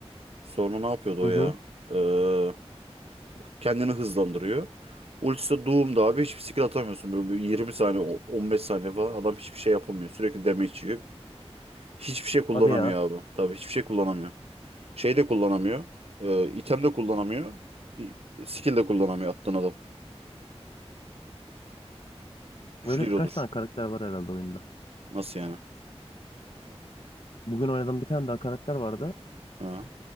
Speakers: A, on the right; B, on the left.
A: Sonra ne yapıyordu
B: Hı
A: o ya?
B: hı.
A: Ee, Kendini hızlandırıyor. Ultisi de Doom'da abi hiçbir skill atamıyorsun. Böyle bir 20 saniye, o- 15 saniye falan adam hiçbir şey yapamıyor. Sürekli damage yiyor. Hiçbir şey kullanamıyor
B: Hadi ya.
A: abi. Tabii hiçbir şey kullanamıyor. Şey de kullanamıyor. E, item de kullanamıyor. i- Skill de kullanamıyor attığın adam. Güçlü
B: Öyle
A: hero'dur.
B: birkaç tane karakter var herhalde oyunda.
A: Nasıl yani?
B: Bugün oynadığım bir tane daha karakter vardı.
A: Ha?